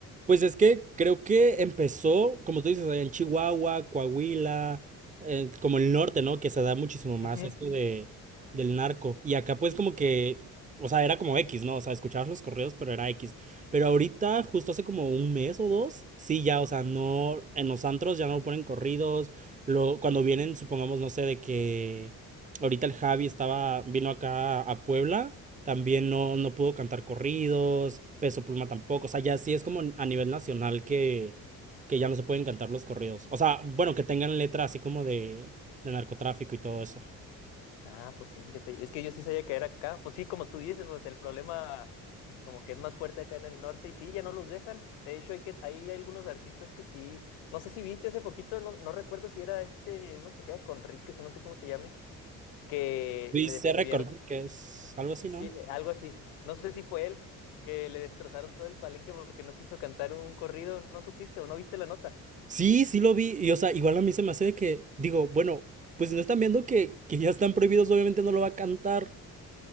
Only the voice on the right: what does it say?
Pues es que creo que empezó, como tú dices, allá en Chihuahua, Coahuila, eh, como el norte, ¿no? Que se da muchísimo más
esto de, del narco. Y acá pues como que, o sea, era como X, ¿no? O sea, escuchabas los correos, pero era X. Pero ahorita, justo hace como un mes o dos, sí, ya, o sea, no, en los antros ya no ponen corridos. Lo, cuando vienen, supongamos, no sé, de que ahorita el Javi estaba, vino acá a Puebla. También no, no pudo cantar corridos, Peso Pluma tampoco. O sea, ya sí es como a nivel nacional que, que ya no se pueden cantar los corridos. O sea, bueno, que tengan letra así como de, de narcotráfico y todo eso.
¿Viste
Recon que es algo
así, ¿no?
Sí, sí lo vi. Y o sea, igual a mí se me hace de que, digo, bueno, pues si no están viendo que, que ya están prohibidos, obviamente no lo va a cantar.